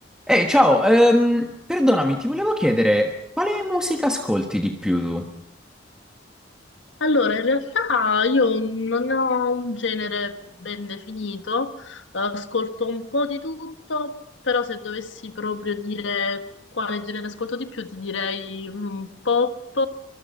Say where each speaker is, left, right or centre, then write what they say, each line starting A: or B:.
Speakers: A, in the centre; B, on the left.
A: Ehi, ciao, ehm, perdonami, ti volevo chiedere quale musica ascolti di più tu?
B: Allora, in realtà io non ho un genere ben definito, ascolto un po' di tutto, però se dovessi proprio dire quale genere ascolto di più, ti direi mm, pop,